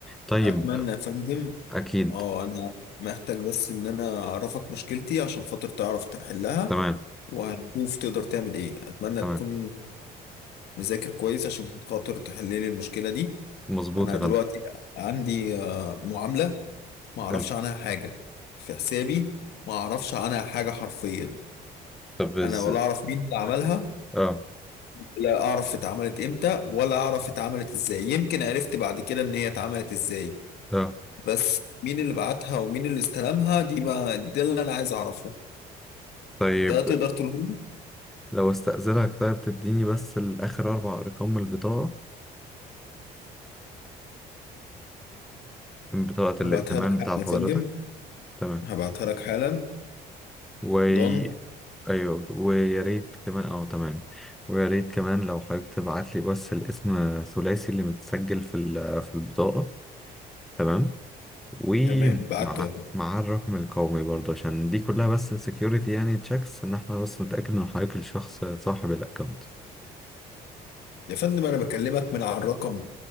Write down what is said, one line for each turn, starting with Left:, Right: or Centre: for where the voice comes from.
Centre: طيب
Left: اتمنى
Centre: آه،
Left: يا فندم
Centre: اكيد
Left: اه انا محتاج بس ان انا اعرفك مشكلتي عشان خاطر تعرف تحلها
Centre: تمام
Left: وهنشوف تقدر تعمل ايه اتمنى
Centre: تمام
Left: تكون نذاكر كويس عشان خاطر تحل لي المشكلة دي
Centre: مظبوط
Left: أنا
Centre: يا
Left: دلوقتي
Centre: فندم
Left: عندي آه، معاملة ما أعرفش
Centre: حلو
Left: عنها حاجة في حسابي ما أعرفش عنها حاجة حرفيا
Centre: طب از
Left: أنا ولا أعرف مين اللي عملها
Centre: اه
Left: لا أعرف اتعملت إمتى ولا أعرف اتعملت إزاي يمكن عرفت بعد كده إن هي اتعملت إزاي
Centre: اه
Left: بس مين اللي بعتها ومين اللي استلمها دي بقى ده اللي أنا عايز أعرفه
Centre: طيب
Left: ده تقدر تقوله لي؟
Centre: لو استأذنك طيب تديني بس الآخر أربع أرقام من البطاقة من بطاقة الائتمان
Left: هبعتها لك
Centre: بتاعت
Left: حالا يا
Centre: حضرتك
Left: فندم
Centre: تمام
Left: هبعتها لك حالا
Centre: وي
Left: ضن
Centre: أيوه ويا ريت كمان اه تمام ويا ريت كمان لو حضرتك تبعت لي بس الاسم الثلاثي اللي متسجل في ال- في البطاقة تمام ومع
Left: تمام بعته
Centre: مع الرقم القومي برضه عشان دي كلها بس سكيورتي يعني تشيكس ان احنا بس نتأكد ان حضرتك الشخص صاحب الأكونت
Left: يا فندم انا بكلمك من على الرقم